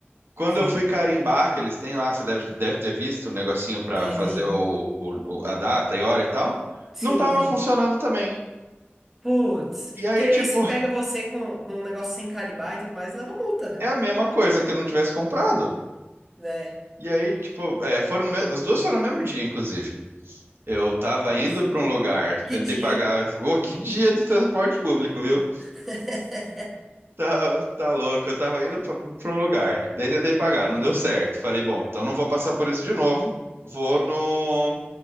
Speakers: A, on the right; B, in the centre.
A: Quando
B: Sim.
A: eu fui carimbar, que eles têm lá, você deve, deve ter visto o negocinho para
B: Tem,
A: fazer
B: vi?
A: o, o- o- a data e hora e tal,
B: Sim,
A: não estava
B: sim.
A: funcionando também.
B: Putz.
A: E aí,
B: Porque aí
A: tipo,
B: se pega você com, com um negócio sem carimbar e tudo mais, leva multa, né?
A: é a mesma coisa que eu não tivesse comprado.
B: Né?
A: E aí, tipo, é, foram no me- as duas foram no mesmo dia, inclusive. Eu tava
B: Putz.
A: indo para um lugar,
B: Que
A: tentei
B: dia,
A: pagar.
B: hein?
A: Ô, que dia de transporte público, viu?
B: <laughs>
A: Tá, tá louco, eu tava indo pra pra um lugar, daí tentei pagar, não
B: Sim.
A: deu certo. Falei, bom, então não vou passar por isso de novo, vou no,